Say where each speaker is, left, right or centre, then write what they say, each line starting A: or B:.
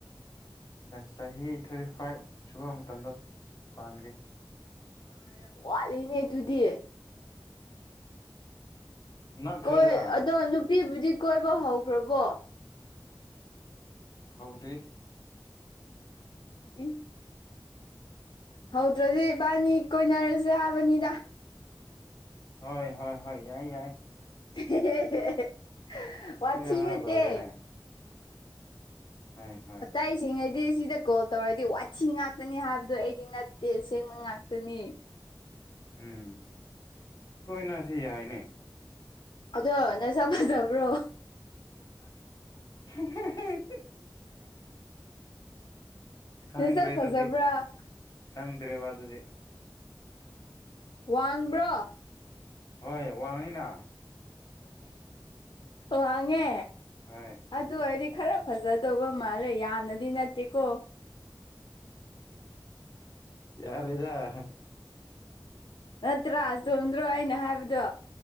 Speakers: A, on the left (about 45°); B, on the left (about 75°).
A: ꯆꯍꯤ ꯊꯥꯔꯇꯤ ꯐꯥꯏꯚ ꯁꯨꯕ ꯃꯇꯝꯗ ꯄꯥꯟꯒꯦ
B: ꯑꯥ ꯌꯥꯝ ꯋꯥꯠꯂꯤꯅꯦ ꯑꯗꯨꯗꯤ
A: ꯅꯛꯈ꯭ꯔꯦꯗ
B: ꯀꯣꯏ ꯑꯗꯣ ꯅꯨꯄꯤꯕꯨꯗꯤ ꯀꯣꯏꯕ ꯍꯧꯈ꯭ꯔꯕꯣ
A: ꯍꯧꯗꯤ
B: ꯏꯟ ꯍꯧꯗ꯭ꯔꯗꯤ ꯏꯕꯥꯅꯤ ꯀꯣꯏꯅꯔꯁꯨ ꯍꯥꯏꯕꯅꯤꯗ
A: ꯍꯣꯏ ꯍꯣꯏ ꯍꯣꯏ ꯌꯥꯏ ꯌꯥꯏ
B: <unintelligible> ꯋꯥ
A: ꯀꯣꯏꯅꯔ
B: ꯊꯅꯦꯠꯇꯦ
A: ꯂꯣꯏꯔꯦꯅꯦ ꯍ ꯍꯣꯏ <unintelligible>
B: ꯆꯥꯛꯏꯁꯤꯉꯩꯗꯤ ꯁꯤꯗ ꯀꯣꯜ ꯇꯧꯔꯗꯤ ꯋꯥꯠꯊꯤ ꯉꯥꯛꯇꯅꯤ ꯍꯥꯏꯕꯗꯣ ꯑꯩꯗꯤ ꯅꯠꯇꯦꯁꯦꯡꯕ ꯉꯥꯛꯇꯅꯤ
A: ꯎꯝ ꯀꯣꯏꯅ ꯁꯤ ꯌꯥꯏꯅꯦ
B: ꯑꯗꯣ ꯅꯪꯁꯥ ꯐꯖꯕ꯭ꯔꯣ
A: <unintelligible> ꯈꯪ
B: ꯅꯁꯛ
A: ꯇ꯭ꯔꯦꯗꯨꯗꯤ
B: ꯐꯖꯕ꯭ꯔꯥ
A: ꯀꯪ ꯇ꯭ꯔꯦꯕꯗꯨꯗꯤ
B: ꯋꯥꯡꯕ꯭ꯔ
A: ꯍꯣꯏ ꯋꯥꯡꯡꯂꯅ
B: ꯋꯥꯡꯉꯦ
A: ꯍꯣꯏ
B: ꯑꯗꯨ ꯑꯣꯏꯔꯗꯤ ꯈꯔ ꯐꯖꯗꯧꯕ ꯃꯥꯜꯂꯦ ꯌꯥꯝꯅꯗꯤ ꯅꯠꯇꯦꯀꯣ
A: ꯌꯥꯔꯗ
B: ꯅꯠꯇ꯭ꯔꯥ ꯆꯣꯝꯗ꯭ꯔꯣ ꯑꯩꯅ ꯍꯥꯏꯕꯗꯣ